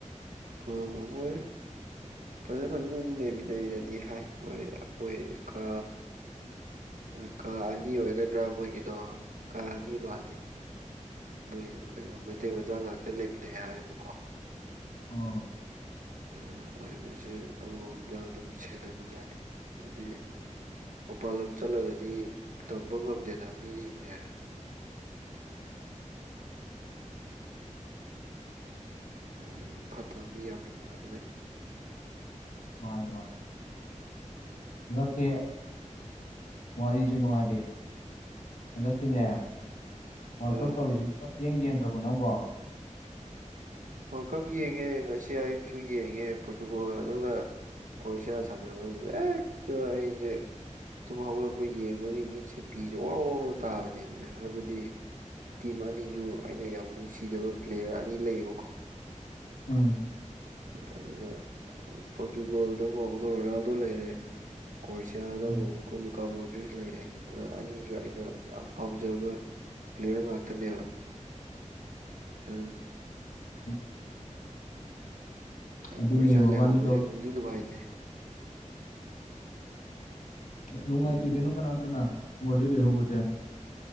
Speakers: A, on the right; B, on the left.
A: ꯑ ꯃꯣꯏ ꯐꯖ ꯐꯖꯅꯗꯤ ꯂꯩꯃꯤꯟꯅꯩꯩꯅꯗꯤ ꯍꯥꯏ ꯍꯣꯏ ꯃꯣꯏ ꯀ ꯍꯣꯏ ꯀꯥ ꯑꯅꯤ ꯑꯣꯏꯒꯗ꯭ꯔꯥ ꯃꯣꯏꯒꯤꯅꯣ ꯀꯥ ꯑꯅꯤ ꯃꯥꯜꯂꯤ ꯃ ꯀꯩꯅꯣ ꯃꯩꯇꯩ ꯃꯆꯥ ꯉꯥꯛꯇ ꯂꯩꯃꯤꯟꯅꯩ ꯍꯥꯏꯌꯦꯕꯀꯣ
B: ꯎꯝ
A: ꯑ ꯃꯁꯦ ꯑꯃꯃꯝꯗ ꯑꯗꯨꯝ ꯁꯦꯟꯅꯕ ꯌꯥꯥꯠꯅꯤ ꯍꯥꯏꯕꯗꯤ ꯃꯄꯥꯜ ꯂꯝ ꯆꯠꯂꯒꯗꯤ ꯇꯝꯕ ꯉꯝꯗꯦꯅ ꯃꯤꯁꯤꯡꯁꯦ ꯑꯗꯨꯗꯒꯤ ꯐꯠꯇꯕ ꯃꯤ ꯌꯥꯝ ꯂꯩꯕꯅꯤꯅ
B: ꯔꯦ ꯋꯥꯔ ꯑꯀꯦ ꯋꯥꯔꯤꯖꯅ ꯍꯥꯏꯔꯦ ꯍꯟꯗꯛꯀꯤꯅꯦ
A: ꯑꯥ
B: ꯋꯥꯔꯜ
A: ꯑꯥ
B: ꯀꯞ ꯇꯧꯔꯤꯁꯤꯕꯣꯏ ꯌꯦꯡ ꯌꯦꯡꯗ꯭ꯔꯕ ꯅꯕꯣ
A: ꯑꯣ ꯀꯞ ꯌꯦꯡꯉꯦ ꯉꯁꯤ ꯑꯌꯨꯛꯁꯨ ꯌꯦꯡꯉꯦ ꯄꯣꯔꯆꯨꯒꯣ ꯑꯗꯨꯒ ꯀꯣꯏꯁꯥꯁꯔꯛꯇꯣ ꯑꯩꯦ ꯑꯗꯨꯨꯝ ꯍꯧꯒꯠꯂꯛꯄ ꯌꯦꯡꯕꯒꯤ ꯃꯤꯠꯁꯦ ꯄꯤꯤꯁꯦ ꯑꯣꯔꯣ ꯑꯣꯔꯣ ꯇꯥꯕꯅꯦꯕ ꯍꯥꯏꯕꯗꯤ ꯇꯤꯝ ꯑꯅꯤꯁꯨ ꯑꯩꯅ ꯌꯥꯝ ꯅꯨꯡꯁꯤꯖꯕ ꯄ꯭ꯂꯦꯌꯔ ꯑꯅꯤ ꯂꯩꯌꯦꯕꯀꯣ
B: ꯎꯝ
A: ꯑꯗꯨꯗ ꯄꯣꯔꯆꯨꯒꯜꯗ ꯑꯃꯨꯛ ꯑꯃꯨꯀ ꯔꯣꯅꯥꯜꯗꯣ ꯂꯩꯔꯦ ꯀ꯭ꯔꯣꯁꯤꯌꯥꯗ
B: ꯎꯝ
A: ꯑꯃꯨꯛ ꯑꯃꯨꯛꯀ ꯂꯨꯀꯥ ꯃꯣꯟꯗ꯭ꯔꯤꯁ ꯂꯩꯔꯦ ꯑꯗ ꯑꯅꯤꯁꯨ ꯑꯩꯅ ꯌꯥꯝ ꯄꯥꯝꯖꯕ ꯄꯤꯜꯂꯤꯤꯔ ꯉꯅꯥꯇꯟꯅꯦꯕ ꯑ
B: ꯎꯝ ꯑꯗꯨꯅꯦ
A: ꯀꯣꯏꯁꯥ
B: ꯃꯕꯥꯅꯤꯗꯣ
A: ꯂꯩꯍꯧꯕꯁꯦ ꯅꯨꯡꯗꯤ ꯅꯨꯡꯉꯥꯏꯇꯦ
B: ꯅꯨꯡꯉꯥꯏ
A: ꯎꯝ
B: ꯊ ꯀꯅꯣ ꯀꯅꯥꯝ ꯊꯅ ꯃꯣꯗꯤ ꯂꯩꯦꯍꯁꯦ